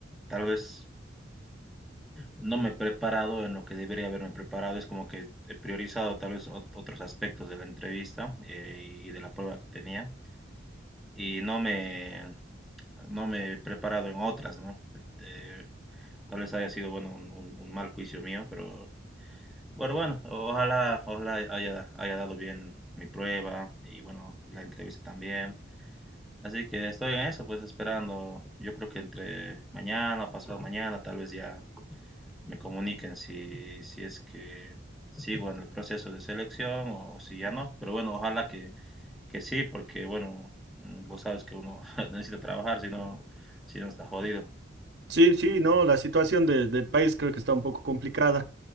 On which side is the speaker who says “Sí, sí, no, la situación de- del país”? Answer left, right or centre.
Right